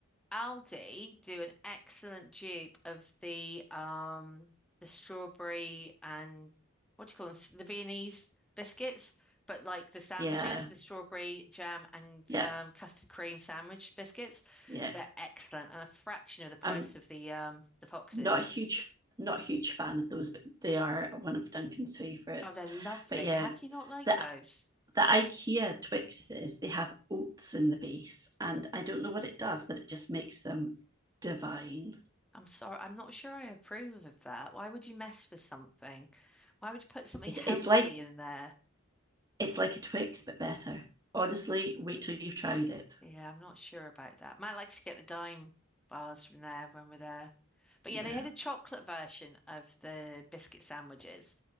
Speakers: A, in the centre; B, on the right.
A: Aldi do an excellent dupe of the um the strawberry and what do you call them? S- The Viennese biscuits, but like the sandwiches,
B: yeah,
A: the strawberry jam and
B: yeah,
A: um, custard cream sandwich biscuits,
B: yeah.
A: they're excellent and a fraction of the price
B: I'm
A: of the um the Foxes.
B: not a huge, not a huge fan of those, but they are one of Duncan's favourites.
A: Oh, they're lovely.
B: But yeah,
A: How can you not like
B: the
A: those?
B: the IKEA Twixes they have oats in the base, and I don't know what it does, but it just makes them divine.
A: I'm sorry, I'm not sure I approve of that. Why would you mess with something? Why would you put something
B: It's,
A: <laughs> healthy
B: it's like
A: in there?
B: it's like a Twix but better. Honestly, wait till you've tried it.
A: Yeah, I'm not sure about that. Matt likes to get the dime bars from there when we're there. But
B: Yeah,
A: yeah, they had a chocolate version of the biscuit sandwiches.